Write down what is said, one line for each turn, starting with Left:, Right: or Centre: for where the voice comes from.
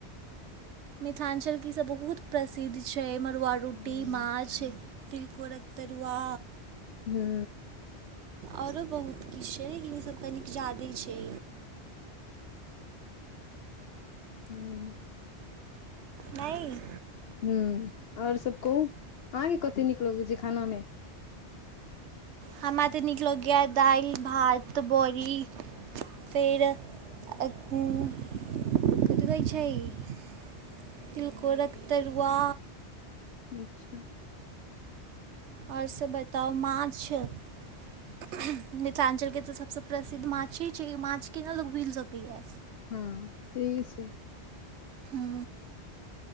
Right: मिथिलाञ्चल क ईसभ बहुत प्रसिद्ध छै मड़ुआ रोटी
Left: ह
Right: माछ तिलकोड़क तरुआ
Left: हू
Right: आओरो बहुत किछु छै लेकिन ईसभ कनिक जादे छै
Left: हँ
Right: नहि
Left: हु आऔर सब कहू अहाँके कथी नीक लगैत छै खाना मे
Right: हमरा तऽ नीक लगैया दाइल भात बड़ी फेर <unintelligible> कुदबै छै तिलकोरक तरुआ
Left: अच्छा
Right: आओर से बताउ माछ मिथिलाञ्चलके तऽ सबसँ प्रसिद्ध माछी छै माछ केना लोक भूलि सकैए
Left: हँ सही छै
Right: हू